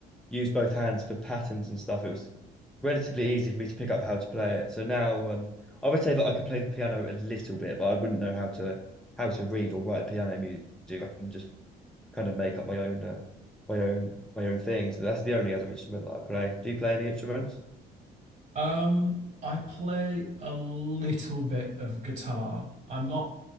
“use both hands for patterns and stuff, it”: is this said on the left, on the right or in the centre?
Centre